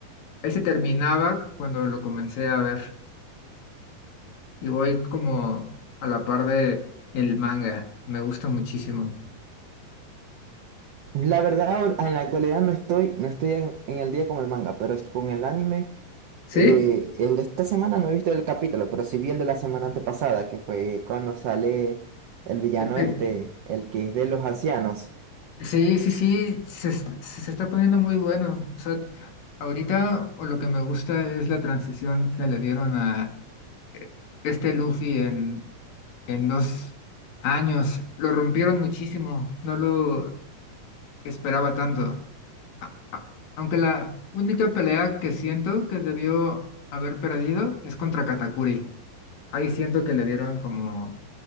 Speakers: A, on the left; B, on the right.
A: Él se terminaba cuando lo comencé a ver y voy como a la par de el manga. Me gusta muchísimo.
B: La verdad, ahor- en la actualidad no estoy, no estoy en, en el día con el manga, pero es- con el anime,
A: ¿Sí?
B: eh, el de esta semana no he visto el capítulo, pero sí vi el de la semana antepasada, que fue cuando sale el villano
A: Este,
B: este, el que es de los ancianos.
A: Sí, sí, sí, se, es- se está poniendo muy bueno. O sea, ahorita o lo que me gusta es la transición que le dieron a este Luffy en, en dos años. Lo rompieron muchísimo, no lo esperaba tanto. a- a- aunque la única pelea que siento que debió haber perdido es contra Katakuri. Ahí siento que le dieron como,